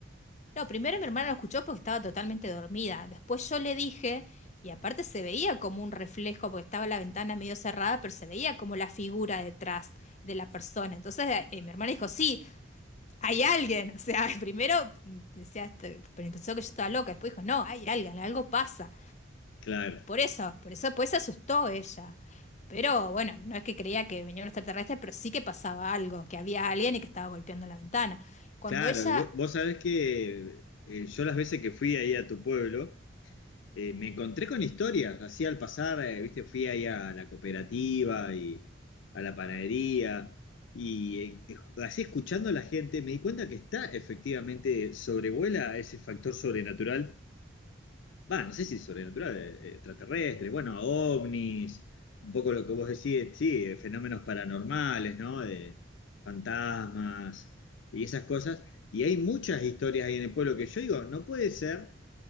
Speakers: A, on the left; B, on the left.
A: No, primero mi hermana lo escuchó porque estaba totalmente dormida. Después yo le dije, y aparte se veía como un reflejo, porque estaba la ventana medio cerrada, pero se veía como la figura detrás de la persona. Entonces eh, eh, mi hermana dijo, sí, hay alguien. O sea, <laughs> primero mm, decía, este, pero pensó que yo estaba loca. Después dijo, no, hay alguien, algo pasa.
B: Claro.
A: Por eso, por eso, pues se asustó ella. Pero bueno, no es que creía que venía un extraterrestre, pero sí que pasaba algo, que había alguien y que estaba golpeando la ventana. Cuando
B: Claro,
A: ella,
B: y vo- vos, sabés que eh, yo las veces que fui ahí a tu pueblo, eh, me encontré con historias, así al pasar, eh, viste, fui ahí a la cooperativa y a la panadería, y eh, eh, así escuchando a la gente, me di cuenta que está efectivamente, sobrevuela ese factor sobrenatural Va, no sé si sobrenatural, eh, eh, extraterrestre, bueno, ovnis, un poco lo que vos decís, sí, eh, fenómenos paranormales, ¿no? De fantasmas y esas cosas. Y hay muchas historias ahí en el pueblo que yo digo, no puede ser